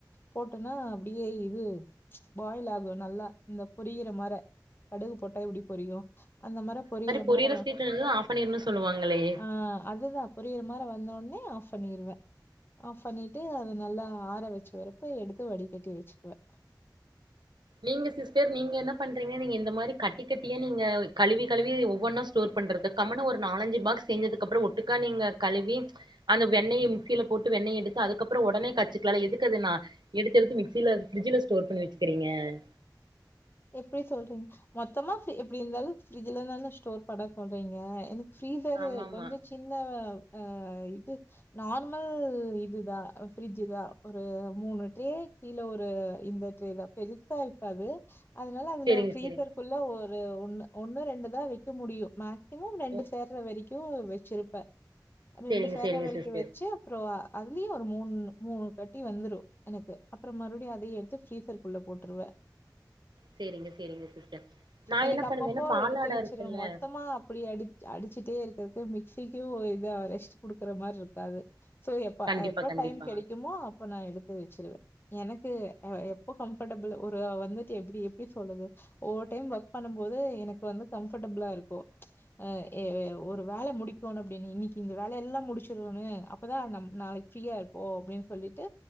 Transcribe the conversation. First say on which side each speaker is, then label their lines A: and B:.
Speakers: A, on the left; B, on the right.
A: போட்டனா அப்டியே இது பாயில் ஆகு நல்லா இந்த பொரியிற மர கடுகு போட்டா எப்டி பொறியும் அந்த மாரி பொறியிர
B: பொரியிற
A: மார
B: ஸ்வீட் ஆஃப் பண்ணிருன்னு சொல்லுவாங்களே
A: ஆஹ் அதுதா பொறியிர மார வந்தோன்னே ஏ ஆஃப் பண்ணிருவே ஆஃப் பண்ணி ட்டு அத நல்லா ஆற வச்சு வர்ரப்ப எடுத்து வடிக்கட்டி வச்சுக்குவே
B: நீங்க சிஸ்டர் நீங்க என்ன பண்றீங்க நீங்க இந்த மாரி கட்டி கட்டியா நீங்க கழுவி கழுவி ஒவ்வொன்னா ஸ்டோர் பண்றது கம்முனு ஒரு நாலஞ்சு பாக்ஸ் சேந்ததுக்கு அப்புறோ ஒட்டுக்கா நீங்க கழுவி அந்த வெண்ணய மிக்சில போட்டு வெண்ணய எடுத்து அதுக்கப்புறோ உடனே கச்சுக்கலால எதுக்கு நா எடுத்து மிக்சில ஃப்ரிட்ஜ்ல ஸ்டோர் பண்ணி வச்சுக்குறீங்க உம்
A: எப்டி சொல்றீங்க மொத்தமா எப்டி இருந்தாலூம் ஃப்ரிட்ஜ்ல தான ஸ்டோர் பண்ண போறீங்க எனக் ஃப்ரீசரு
B: ஆமா ஆமா
A: கொஞ்சோ சின்ன அ இது நார்மல் இதுதா ஃப்ரிட்ஜ் தா ஒரு மூணு ட்ரே கீழ ஒரு இந்த ட்ரே தா பெருசா இருக்காது அதனால அதுல
B: செரிங்க
A: ஃப்ரீசருக்குள்ள
B: செரிங்க
A: ஒரு ஒன்னு ஒன்னு ரெண்டு தா வைக்க முடியும் மேக் சிமம் ரெண்டு
B: ஓ
A: சேர்ற வரைக்கும் வச்சிருப்பே ரெண்டு
B: செரிங்க
A: சேர்ற
B: செரிங்க
A: வரைக்கும்
B: சிஸ்டர்
A: வச்சு அப்றோ அதுலயும் ஒரு மூணு மூணு கட்டி வந்துரும் எனக்கு அப்புறோ மறுபடியும் அதையும் எடுத்து ஃப்ரீசர்க்குள்ள போட்டுருவேன்
B: சேரிங்க சேரிங்க சிஸ்டர் நான
A: எனக்கு
B: என்ன பண்ணுவேனா
A: அப்பப்போ
B: பாலாடா
A: எடுத்து வச்சிருவே
B: இருக்குல்ல
A: மொத்தமா அப்படி அடி அடிச்சுட்டே இருக்கிறதுக்கு மிக்சிக்கும் இதா ரெஸ்ட் குடுக்குற மாரி இருக்காது சோ எப்ப
B: கண்டிப்பா
A: எப்ப
B: கண்டிப்பா
A: டைம் கெடைக்குமோ அப்ப நா எடுத்து வச்சிருவே எனக்கு எ எப்போ கம்ஃபர்டபிள் ஒரு வந்துட்டு எப்புடி எப்டி சொல்றது ஒவ்வொர் டைம் ஒர்க் பண்ணும்போது எனக்கு வந்து கம்ஃபர்டபிளா இருக்கும் ஆ ஏ ஒரு வேல முடிக்கனு அப்டின்னு இன்னைக்கி இந்த வேல எல்லா முடிச்சிருன்னு அப்பதா நம் நா ஃப்ரீயா இருப்போ அப்டின் சொல்லிட்டு